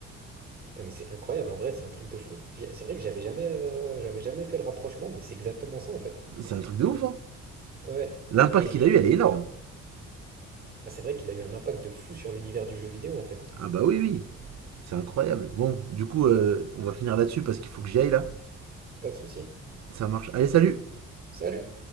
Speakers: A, on the right (about 30°); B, on the right (about 60°).
A: Putain, mais c'est incroyable, en vrai, c'est un truc de fou. J'ai- C'est vrai que j'avais jamais, euh, j'avais jamais fait le rapprochement, mais c'est exactement ça en fait.
B: C'est un truc de ouf, hein.
A: Ouais.
B: L'impact
A: Et
B: qu'il a eu, elle est énorme.
A: ah, c'est vrai qu'il a eu un impact de fou sur l'univers du jeu vidéo en fait.
B: Ah bah oui, oui, c'est incroyable. Bon, du coup, euh, on va finir là-dessus parce qu'il faut que j'y aille là.
A: Pas de souci.
B: Ça marche. Allez, salut!
A: Salut!